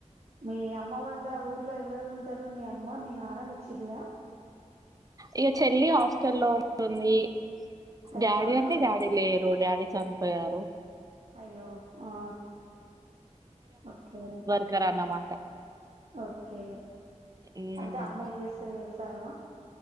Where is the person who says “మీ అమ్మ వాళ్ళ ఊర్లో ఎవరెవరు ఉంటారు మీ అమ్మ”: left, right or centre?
Right